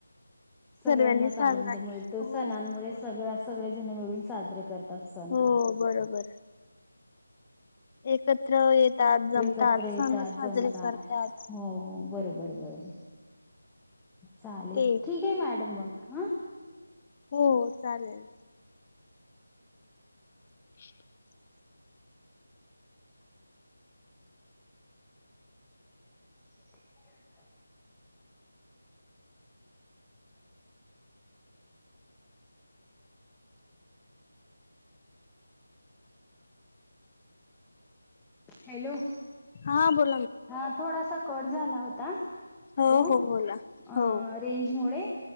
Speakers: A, in the centre; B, on the left.
A: सगळ्यांनाच
B: सर्वांनी साजरा
A: आनंद मिळतो.
B: हो
A: सणांमुळे
B: बर
A: सगळ सगळ जण मिळून साजरे करतात सण
B: हो
A: हा.
B: बरोबर एकत्र येतात. जमतात.
A: एकत्र येतात
B: सण साजरे
A: जमतात
B: करतात.
A: हो बरोबर बरोबर चालेल
B: ते
A: ठीक आहे मॅडम मग हा.
B: हो चालेल. <inaudible>
A: <inaudible> हॅलो.
B: हा बोल
A: हा थोडासा कट झाला होता
B: हो
A: तो
B: हो बोला
A: अह
B: हो
A: रेंजमुळे